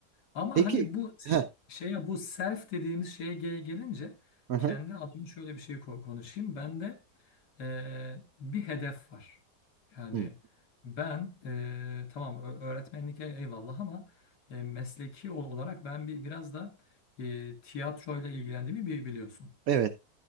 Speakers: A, on the left (about 60°); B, on the right (about 65°).
A: Ama
B: Peki
A: hani bu ş-
B: ha
A: şeye bu self dediğimiz şeye ge- gelince
B: hı hı.
A: kendi adıma şöyle bir şey ko- konuşayım. Bende e, bir hedef var. Yani
B: Hı.
A: ben e, tamam ö- öğretmenlik e- eyvallah ama e, mesleki ol- olarak ben bir biraz da e, tiyatroyla ilgilendiğimi bi- biliyorsun.
B: Evet,